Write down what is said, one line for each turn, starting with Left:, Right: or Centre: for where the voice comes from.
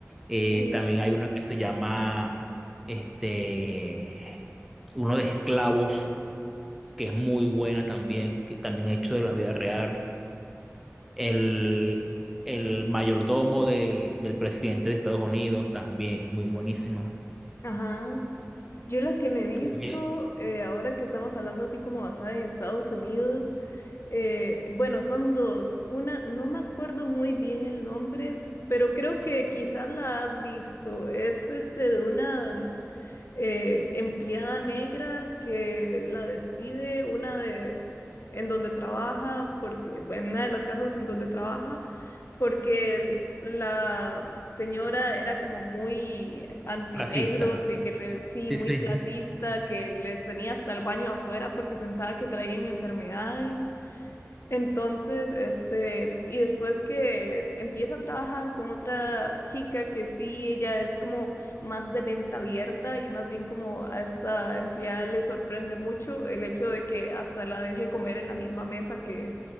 Centre: Eh,
Left: Sí,
Centre: también hay una que se llama, este, uno de esclavos, que es muy buena también, que también hecho de la vida real. El, el mayordomo de- del presidente de Estados Unidos también es muy buenísima.
Left: ajá. Yo la que me he visto,
Centre: Bien
Left: eh, ahora que estamos hablando así como basada en Estados Unidos, eh, bueno, son dos. Una, no me acuerdo muy bien el nombre, pero creo que quizás la has visto. Es este de una. eh, empleada negra que la despide una de en donde trabaja porque en una de las casas en donde trabaja porque el- la señora era como muy antinegros
Centre: Racista.
Left: y que le sí
Centre: Sí,
Left: muy
Centre: sí,
Left: clasista que les tenía hasta el baño afuera porque pensaba que traían enfermedades entonces, este, y después que empieza a trabajar con otra chica que sí, ella es como más de venta abierta y más bien como a esta empleada le sorprende mucho el hecho de que hasta la deje comer en la misma mesa que